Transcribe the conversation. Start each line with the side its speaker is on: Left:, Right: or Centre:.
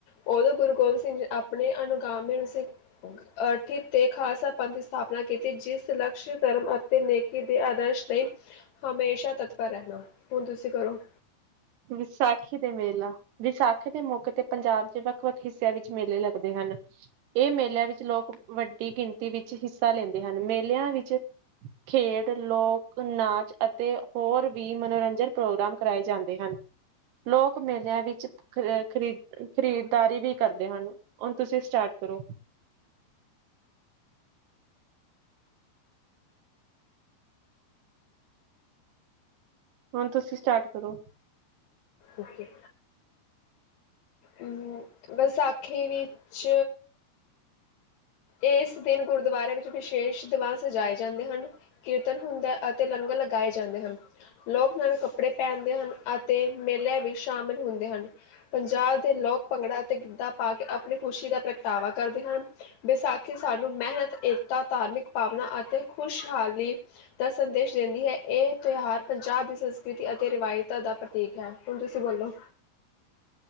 Left: ਉਦੋਂ ਗੁਰੂ ਗੋਬਿੰਦ ਸਿੰਘ ਜੀ ਆਪਣੇ ਅਨੁਗਾਮੇ ਨੂੰ ਅਠਿ ਤੇ ਖਾਲਸਾ ਪੰਥ ਦੀ ਸਥਾਪਨਾ ਕੀਤੀ, ਜਿਸ ਲਕਸ਼ ਧਰਮ ਅਤੇ ਨੇਕੀ ਦੇ ਆਦਰਸ਼ ਲਈ ਹਮੇਸ਼ਾ ਤਤਪਰ ਰਹਿਣਾ ਹੁਣ ਤੁਸੀਂ ਕਰੋ?
Right: ਵਿਸਾਖੀ ਦੇ ਮੇਲਾ ਵਿਸਾਖੀ ਦੇ ਮੌਕੇ ਤੇ ਪੰਜਾਬ ਦੇ ਵੱਖ। ਬਹੁਤ ਹਿੱਸਿਆਂ ਵਿੱਚ ਮੇਲੇ ਲੱਗਦੇ ਹਨ। ਇਹ ਮੇਲਿਆਂ ਵਿੱਚ ਲੋਕ ਵੱਡੀ ਗਿਣਤੀ ਵਿੱਚ ਹਿੱਸਾ ਲੈਂਦੇ ਹਨ, ਮੇਲਿਆਂ ਵਿੱਚ ਖੇਡ, ਲੋਕ ਨਾਚ ਅਤੇ ਹੋਰ ਵੀ ਮਨੋਰੰਜਨ ਪ੍ਰੋਗਰਾਮ ਕਰਵਾਏ ਜਾਂਦੇ ਹਨ। ਲੋਕ ਮੇਲਿਆਂ ਵਿੱਚ ਖ ਖਰੀ ਖਰੀਦਦਾਰੀ ਵੀ ਕਰਦੇ ਹਨ, ਹੁਣ ਤੁਸੀਂ ਸਟਾਰਟ ਕਰੋ? ਹੁਣ ਤੁਸੀਂ ਸਟਾਰਟ ਕਰੋ?
Left: ਓਕੇ, ਅਹ ਵਿਸਾਖੀ ਵਿੱਚ। ਇਸ ਦਿਨ ਗੁਰਦੁਆਰਿਆਂ ਵਿੱਚ ਵਿਸ਼ੇਸ਼ ਦੀਵਾਨ ਸਜਾਏ ਜਾਂਦੇ ਹਨ, ਕੀਰਤਨ ਹੁੰਦਾ ਅਤੇ ਲੰਗਰ ਲਗਾਏ ਜਾਂਦੇ ਹਨ, ਲੋਕ ਨਵੇਂ ਕੱਪੜੇ ਪਹਿਨਦੇ ਹਨ ਅਤੇ ਮੇਲਿਆਂ ਵੀ ਸ਼ਾਮਿਲ ਹੁੰਦੇ ਹਨ, ਪੰਜਾਬ ਦੇ ਲੋਕ ਭੰਗੜਾ ਅਤੇ ਗਿੱਧਾ ਪਾ ਕੇ ਆਪਣੀ ਖੁਸ਼ੀ ਦਾ ਪ੍ਰਗਟਾਵਾ ਕਰਦੇ ਹਨ। ਵਿਸਾਖੀ ਸਾਨੂੰ ਮਿਹਨਤ ਏਕਤਾ, ਧਾਰਮਿਕ ਭਾਵਨਾ ਅਤੇ ਖ਼ੁਸ਼ਹਾਲੀ ਦਾ ਸੰਦੇਸ਼ ਦਿੰਦੀ ਹੈ, ਇਹ ਤਿਉਹਾਰ ਪੰਜਾਬ ਦੀ ਸੰਸਕ੍ਰਿਤੀ ਅਤੇ ਰਵਾਇਤਾਂ ਦਾ ਪ੍ਰਤੀਕ ਹੈ, ਹੁਣ ਤੁਸੀਂ ਬੋਲੋ?